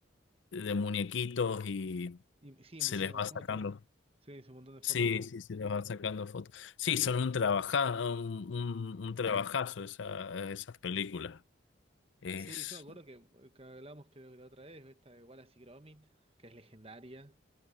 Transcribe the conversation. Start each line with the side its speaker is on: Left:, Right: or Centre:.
Left: de muñequitos y
Right: y sí,
Left: se
Right: muchísimas
Left: les va sacando.
Right: fotos. Sí, es un montón de fotos
Left: Sí,
Right: en todo.
Left: sí, se les va sacando fotos. Sí, son un trabaja, un, un, un trabajazo esa- esas películas. Es,
Right: Sí, yo me acuerdo que, eh, que hablamos creo que la otra vez, esta de Wallace y Gromit, que es legendaria.